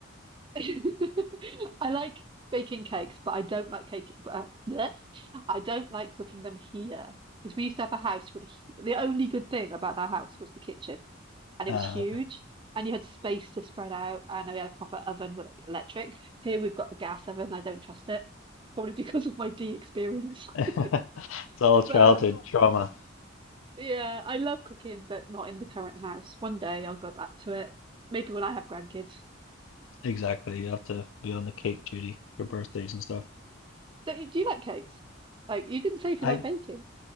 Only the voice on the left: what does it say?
Uh,
<laughs>
it's all childhood
trauma.
Exactly. You have to be on the cake duty for birthdays and stuff.
I